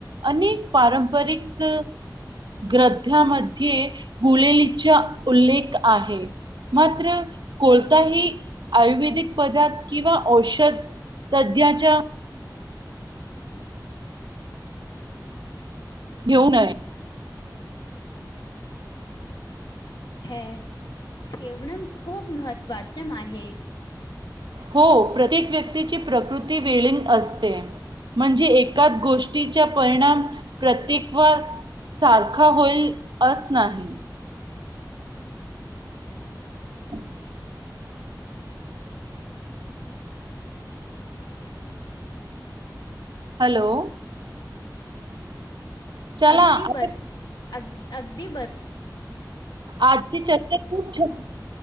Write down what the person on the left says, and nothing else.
हे ठेवण खूप महत्त्वाच म आहे.
अगदी
बर अगदी अगदी बर.